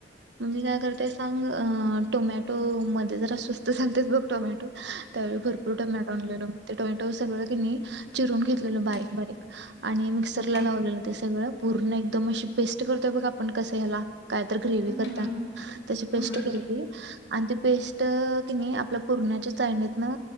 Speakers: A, on the right; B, on the left.
A: मग मी काय करतेय सांग अ टोमॅटो मध्ये जरा स्वस्त चालतेच बघ टोमॅटो. त्यावेळी भरपूर
B: हम्म
A: टोमॅटो आणलेल मग ते टोमॅटो सगळंकणी चिरून घेतलेलं
B: हम्म
A: बारीक बारीक आणि मिक्सरला
B: हम्म
A: लावलेलं ते सगळं पूर्ण एकदम अशी पेस्ट करतोय बघा आपण कसं ह्याला काय तर ग्रेवी
B: हम्म
A: करता त्याची
B: हम्म
A: पेस्ट केलेली आणि ती पेस्ट तिने आपल्या पूरण्याच्या चाळणीतन